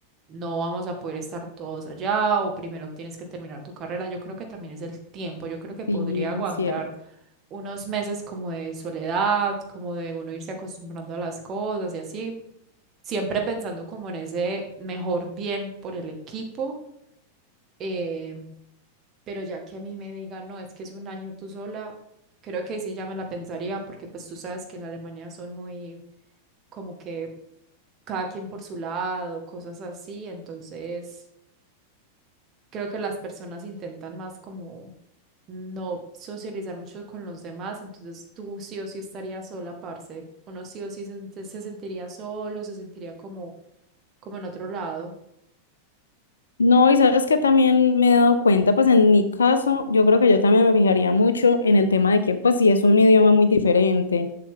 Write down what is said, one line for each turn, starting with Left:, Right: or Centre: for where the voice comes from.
Right: no vamos a poder estar todos allá o primero tienes que terminar tu carrera. Yo creo que también es el tiempo. Yo creo que podría
Left: Sí, es
Right: aguantar
Left: cierto.
Right: unos meses como de soledad, como de uno irse acostumbrando a las cosas y así, siempre pensando como en ese mejor bien por el equipo. eh, pero ya que a mí me digan, no, es que es un año tú sola, creo que ahí sí ya me la pensaría, porque pues tú sabes que en Alemania son muy como que cada quien por su lado, cosas así, entonces creo que las personas intentan más como no socializar mucho con los demás, entonces tú sí o sí estarías sola, parce, uno sí o sí se, se sentiría solo, se sentiría como, como en otro lado,
Left: No, y sabes que también me he dado cuenta, pues en mi caso, yo creo que yo también me fijaría mucho en el tema de que, pues si es un idioma muy diferente